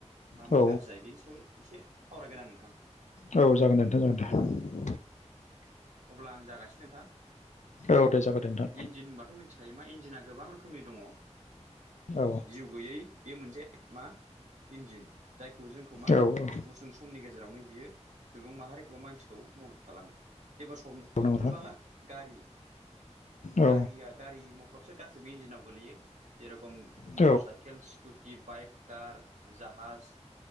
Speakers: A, on the right; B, on the left.
A: मा
B: औ
A: मा गाज्रि जायो बेनि सायाव एसे सावरायगोन आरो नोंथां।
B: औ जागोन दे नोंथां जागोन दे।
A: अब्ला आं जागासिनो नोंथां।
B: औ दे जागोन दे नोंथां
A: इन्जिन होनबाथ' मिथि थायो मा इन्जिना गोबां रोखोमनि दङ ओ
B: औ
A: जिउ गैयै बे मोनसे मा इन्जिन जायखौ जोंखौ मा
B: औ औ
A: गुसुं स समनि गेजेरावनो बियो सुबुं माहारिखौबा मानसिखौ मदद खालामो जेबो सम साफस
B: नंगौ नोंथां
A: हमनाला गारि
B: औ
A: गारिया गारि मथ थरसे गासैबो इन्जिनाव गोगलैयो जेरेराव
B: औ
A: motor cycle scooty bike, car, जाहाज